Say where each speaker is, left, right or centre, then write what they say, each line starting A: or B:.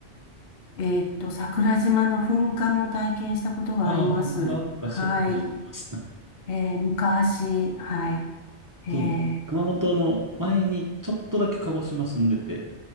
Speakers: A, on the left (about 60°); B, on the right (about 20°).
A: ー、えーっと、桜島の噴火も体験したことがあります。
B: ああ、なんか、なんかしょっちゅうしてました。
A: はい。えー、昔、はい。えー、
B: そうですね。熊本の前にちょっとだけ鹿児島住んでて、